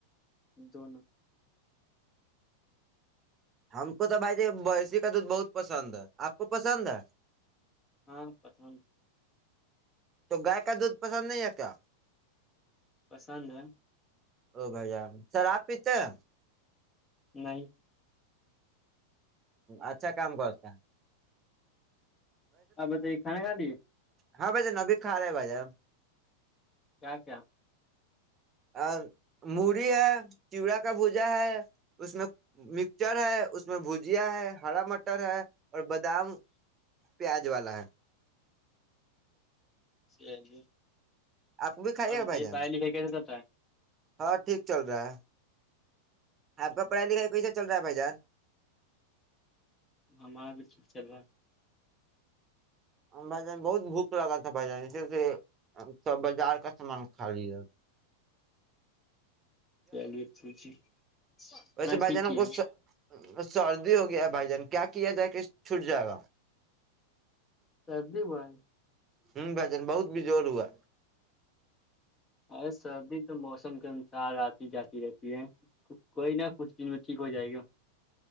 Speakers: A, on the left; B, on the right.
A: جوون
B: ہم کو تو بھائی ج بسی کا دودھ بہت پسند ہے آپ کو پسند ہے
A: ہاں پسند
B: تو گائے کا دودھ پسند نہیں ہے کیا
A: پسند ہے
B: او بھائی جان سر آپ پیتے ہیں
A: نہیں
B: اچھا کام کرتا
A: آپ بتائیے کھانا کھا لیے
B: ہاں بھائی ن ابھی کا رہے ہے بھائیان
A: کیا کیا
B: ا می ہے چیڑا کا بھجا ہے اس میں مکچر ہے اس میں بھجیا ہے ہرا مٹر ہے اور بادام پیاز والا ہے
A: سی ج
B: آپ کو بھی کھائیے
A: اور بتائیے
B: گا بھائی جان
A: پڑھائی لکھائی کیسے چلتا ہے
B: ہاں ٹھیک چل رہا ہے آ کا پڑھائی لکھا ایک کوئی جگہ چل رہا ہے بھائی جار
A: ہمار بھی ٹھیک چل رہا ہے
B: بھائی جان بہت بھوک لگا تھا بھائی جان اس ہم سب بازار کا سامان خالی
A: <unintelligible>
B: ویسے
A: ہاں
B: بھائی
A: ٹھیک
B: جان
A: ہی
B: کو
A: ہے
B: سردی ہو گیا بھائی جان کیا کیا جائے کہ چھٹ جائے گا
A: سردی با
B: ہوں بھجن بہت بجور ہوا
A: ارے سردی تو موسم کے انسار آتی جاتی رہتی ہے کوئی نہ کچھ دن میں ٹھیک ہو جائے گا